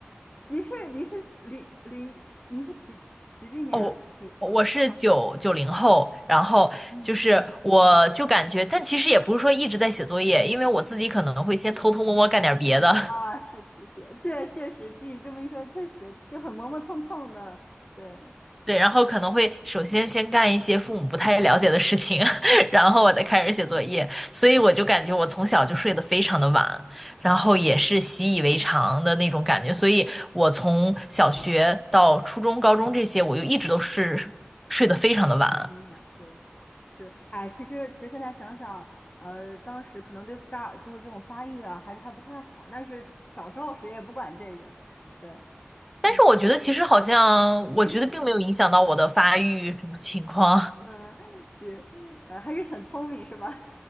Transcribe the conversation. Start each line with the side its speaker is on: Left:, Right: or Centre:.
Left: 您是您是零零您是几几几几年啊可以放？
Centre: 哦，我我是九九零后，然后就是我就感觉，
Left: 嗯
Centre: 但其实也不是说一直在写作业，因为我自己可能会先偷偷摸摸干点别的，
Left: 啊，是是是，对，确实，据你这么一说，确实就很磨磨蹭蹭的，对，
Centre: 对，然后可能会首先先干一些父母不太了解的事情，<laughs> 然后我再开始写作业，所以我就感觉我从小就睡得非常的晚，然后也是习以为常的那种感觉，所以我从小学到初中、高中这些，我就一直都是睡得非常的晚，
Left: 嗯，对，是，哎，其实其实现在想想，呃，当时可能对大就是这种发育啊，还还不太好，但是小时候谁也不管这个，对，
Centre: 但是我觉得其实好像，
Left: 嗯，没什么，
Centre: 我觉得并没有影响到我的发育什么情况，
Left: 嗯，是，呃，还是很聪明，是吧？